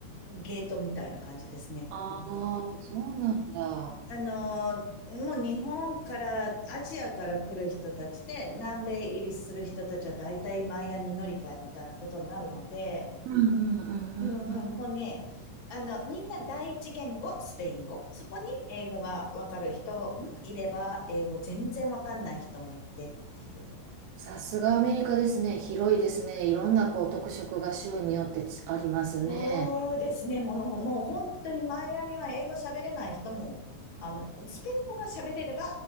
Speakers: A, on the left (about 35°); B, on the right (about 80°).
A: ゲートみたいな感じですね。
B: ああ、
A: うん。
B: そうなんだ。
A: あのーもう日本から、アジアから来る人たちで、南米入りする人たちは大体マイアミ乗り換えみたいなことになるので、
B: うんうんうんうんうん。
A: うんうん、もうね、あの、みんな第一言語、スペイン語。そこに英語がわかる人もいれば、英語全然わかんない人もいてっていう。
B: さすがアメリカですね。広いですね。いろんなこう特色が州によってちありますね。
A: そうですね。もう、もう本当にマイアミは英語喋れない人も、あの、スペイン語が喋れれば